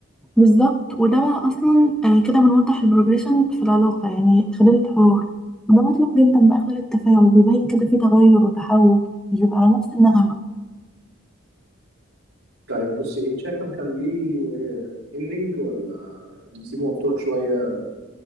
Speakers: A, in the centre; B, on the right.
A: بالظبط وده بقى اصلا آه، كده بنوضح البروجريشن في العلاقه يعني خلال الحوار وده مطلوب جدا بقى خلال التفاعل بيبين كده في تغير وتحول مش بيبقى على نفس النغمه
B: طيب بصي انت شايفه نخليه اندنج ولا نسيبه مفتوح شويه